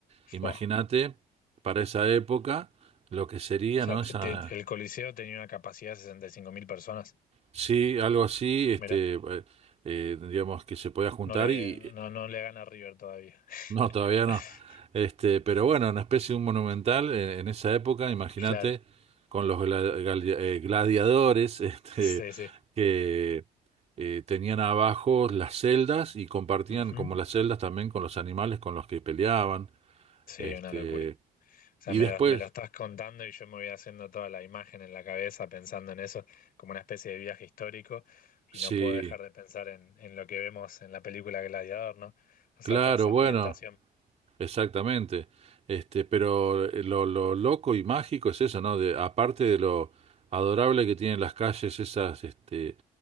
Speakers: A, on the right; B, on the left.
A: Imagínate,
B: Fua.
A: para esa época, lo que sería,
B: O sea,
A: ¿no?
B: te-
A: Esa,
B: te- el Coliseo tenía una capacidad de sesenta y cinco mil personas.
A: sí, algo así, este,
B: Mira,
A: eh, eh, digamos, que se podía juntar
B: no le,
A: y
B: no, no le gana a River todavía.
A: No,
B: <laughs>
A: todavía no. Este, pero bueno, una especie de un monumental en, en esa época, imagínate,
B: Claro,
A: con los gla- galia- eh, gladiadores, <laughs> este,
B: sí, sí.
A: que eh, tenían abajo las celdas y compartían
B: Ujú.
A: como las celdas también con los animales con los que peleaban.
B: Sí,
A: Este,
B: una locura. O sea,
A: y
B: me
A: después,
B: lo, me lo estás contando y yo me voy haciendo toda la imagen en la cabeza pensando en eso como una especie de viaje histórico y
A: sí,
B: no puedo dejar de pensar en, en lo que vemos en la película Gladiador, ¿no? O
A: claro,
B: sea, toda esa
A: bueno.
B: ambientación.
A: Exactamente. Este, pero eh, lo, lo loco y mágico es eso, ¿no? De, aparte de lo adorable que tienen las calles, esas, este,